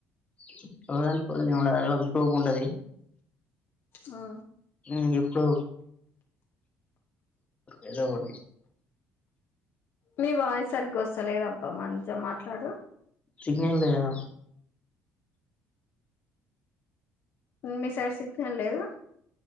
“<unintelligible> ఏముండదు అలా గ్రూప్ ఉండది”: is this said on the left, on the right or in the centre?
Left